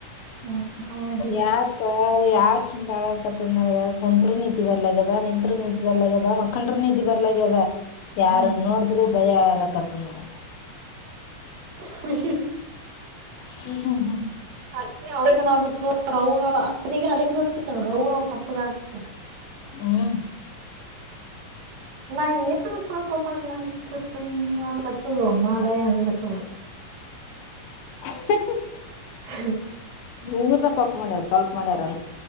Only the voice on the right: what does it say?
<inaudible>
ಹ್ಮ್
ಹ್ಮ.
ಅ ಅವಿಗಬೇಕು ರ ಅವನಿಗೆ ಅದಕ್ ಅವರ್ ಅವ್ವ ಅಪ್ಪಗ ಹಾಕ್ಬೇಕು
ನಾ ಏನ್ಕಮ್ಮ ನಂತ ಹಿಂಗತ್ ಗ ಮಾರ ಅನ್ಬೇಕು ಅವರು
ಹ್ಮ